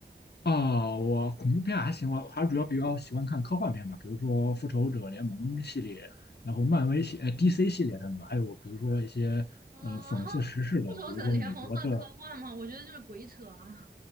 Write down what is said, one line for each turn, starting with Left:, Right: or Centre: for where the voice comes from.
Left: 啊、我恐怖片还行，我还主要比较喜欢看科幻片嘛，比如说《复仇者联盟》系列，然后漫威系、呃 DC 系列等等，还有比如说一些呃讽刺时事的，
Right: 啊，<laughs> 复仇者联盟算科幻吗？
Left: 比如说美国的
Right: 我觉得就是鬼扯啊！